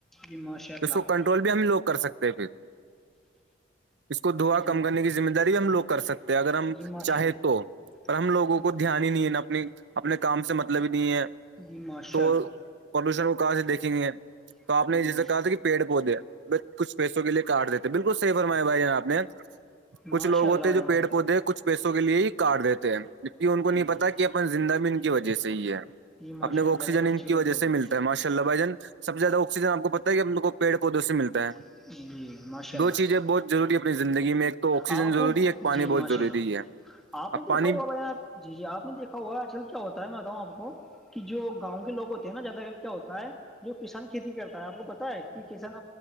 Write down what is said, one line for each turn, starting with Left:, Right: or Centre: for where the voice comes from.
Centre: جی ماشاء اللہ
Right: اس کو کنٹرول بھی ہم لوگ کر سکتے ہیں پھر اس کو دھوا
Centre: جی
Right: کم کرنے کی مہ داری بھی ہم لوگ کر سکتے اگر ہم
Centre: جی ماشاء
Right: چاہیں
Centre: اللہ
Right: تو پر ہم لوگوں
Centre: جی
Right: کو دھیان ہی نہیں ہے نا اپنی اپنے کام سے مطلب ہی نہیں ہے
Centre: جی موش <unintelligible>
Right: تو پدوشن وہ کہاں سے دیکھیں گے تو
Centre: جی
Right: آپ نے جسے کہا تھا کہ پیڑ پودے ب کچھ پیسوں کے لیے کاارڈ دیتے بالکل صحی فرمایا بھائی جان آپ نے کچھ
Centre: ماشاء
Right: لوگ
Centre: اللہ
Right: ہوتے ہیں جو پڑ
Centre: بھائی
Right: پودے کچھ پیسوں کے لیے ہی کاارڈ دیتے ہیں جبکہ ان کو نہیں
Centre: جان
Right: پتا
Centre: جی
Right: کہب ن زندہ ب ان کی وجہ سے ہی ہے
Centre: جی ماشاء
Right: اپنے کو
Centre: اللہ
Right: آکسیجن
Centre: بہت
Right: ان
Centre: اچھی
Right: کی
Centre: بات
Right: وہ
Centre: بول
Right: سے
Centre: رہے
Right: ملتا ہے ماشا اللہ بھائی ج سب زیادہ آکسیجن آپ کو پتا ہے ہم ل کو پڑ کوودوں سے ملتا ہے
Centre: ہو جی ماشاء
Right: <unintelligible>
Centre: اللہ
Right: دو چیزیں بہت ضروری اپنی زندگی میں ایک تو آکسیجن
Centre: آپ
Right: ضروری
Centre: نے
Right: ہے ایک پانی
Centre: جی ماشاء
Right: بہت ضروری
Centre: اللہ
Right: ہے
Centre: آپ نے
Right: اب پانی
Centre: دیکھا ہوگا بھائی یہاں جی جی آپ نے دیکھا ہوا آج کل کیا ہوتا ہے میں بتاؤں آپ کو کہ جو گاؤں کے لگ ہوتے ہیں نا زیادہ کیا ہوتا ہے جو کسان کھیتی کرتا ہے آپ کو پتا ہے کہ کسان